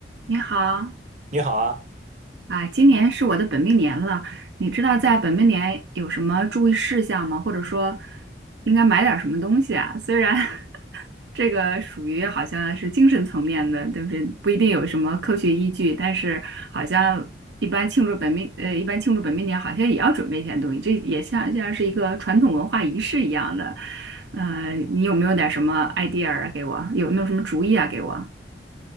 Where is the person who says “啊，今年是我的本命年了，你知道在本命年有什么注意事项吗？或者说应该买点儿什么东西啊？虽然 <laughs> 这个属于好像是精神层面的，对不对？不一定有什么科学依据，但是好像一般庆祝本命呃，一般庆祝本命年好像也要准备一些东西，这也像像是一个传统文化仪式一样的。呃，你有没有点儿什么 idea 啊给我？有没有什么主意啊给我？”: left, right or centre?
Right